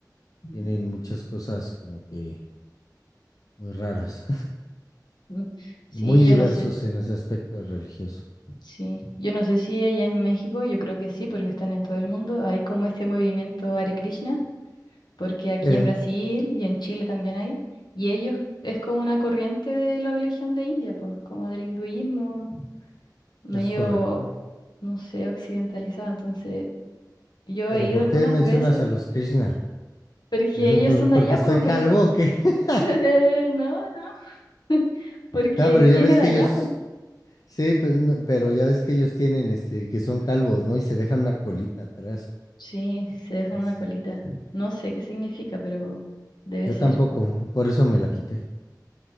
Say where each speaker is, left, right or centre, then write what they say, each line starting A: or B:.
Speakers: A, on the left; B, on the left.
A: Ujú.
B: tienen muchas cosas como que muy raras.
A: Mm. Sí,
B: Muy diversos
A: yo no sé,
B: en ese aspecto religioso.
A: sí, yo no sé si allá en México, yo creo que sí, porque están en todo el mundo, hay como este movimiento Hare Krishna, porque aquí
B: Sí,
A: en Brasil y en Chile también hay, y ellos es como una corriente de la religión de India, pues, como del hinduismo, medio,
B: es correcto.
A: no sé, occidentalizado. Entonces, yo
B: Pero
A: he ido
B: ¿por
A: algunas
B: qué mencionas
A: veces,
B: a los Krishna? <laughs>
A: porque
B: ¿Es
A: ellos
B: por-
A: son de
B: ¿Porque
A: allá,
B: estoy
A: pues,
B: calvo
A: pero-
B: o qué? <laughs>
A: <laughs> no, no, <laughs> porque
B: No, pero ya
A: viene
B: ves
A: de
B: que
A: allá,
B: ellos,
A: pues
B: sí, pe- no, pero ya ves que ellos tienen, este, que son calvos, ¿no? Y se dejan una colita atrás.
A: Sí, se dejan una
B: Sí.
A: colita. No sé qué significa, pero debe
B: Yo
A: ser.
B: tampoco,
A: como-
B: por eso me la quité.